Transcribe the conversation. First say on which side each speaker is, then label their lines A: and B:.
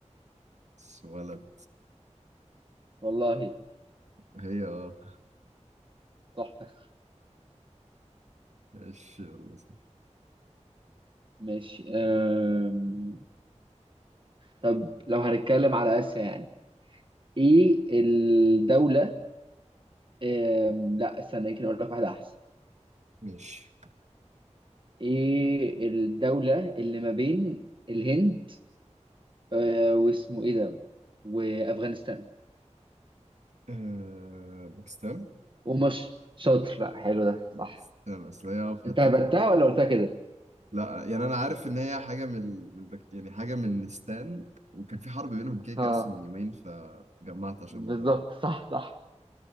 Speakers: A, on the right; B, on the right.
A: بس ولد
B: والله
A: هي اه
B: تحفة
A: ماشي يلا.
B: ماشي أم... طب لو هنتكلم على آسيا يعني ايه الدولة أم... لا استنى يمكن اقول لك واحدة احسن
A: ماشي
B: ايه الدولة اللي ما بين الهند أه... واسمه ايه ده وافغانستان
A: آه باكستان
B: ومصر شاطر لا حلو ده
A: باكستان
B: صح
A: اصل هي آه، في حته
B: انت هبتها ولا قلتها كده
A: لا يعني انا عارف ان هي حاجه من ال- من البك... يعني حاجه من ستان وكان في حرب بينهم كده كده
B: اه
A: اصلا من يومين فجمعت عشان
B: بالظبط
A: الموضوع ده
B: صح صح